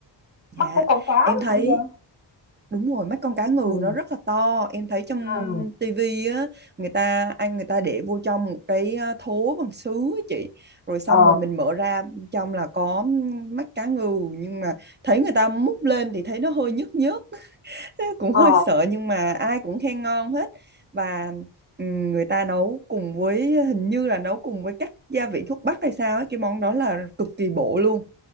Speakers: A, on the right; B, on the left.
A: dạ
B: bắt của con cá đó
A: em thấy
B: hả Giang?
A: Đúng rồi, mắt con cá ngừ
B: Ừ,
A: nó rất là to. Em thấy trong
B: ừ,
A: tivi á, người ta ăn người ta để vô trong một cái ờ, thố bằng sứ á chị. Rồi xong
B: ờ,
A: rồi mình mở ra trong là có mắt cá ngừ nhưng mà thấy người ta múc lên thì thấy nó hơi nhức nhức, <laughs> cũng
B: ờ,
A: hơi sợ nhưng mà ai cũng khen ngon hết. Và ừm, người ta nấu cùng với hình như là nấu cùng với các gia vị thuốc bắc hay sao ấy, cái món đó là cực kỳ bổ luôn.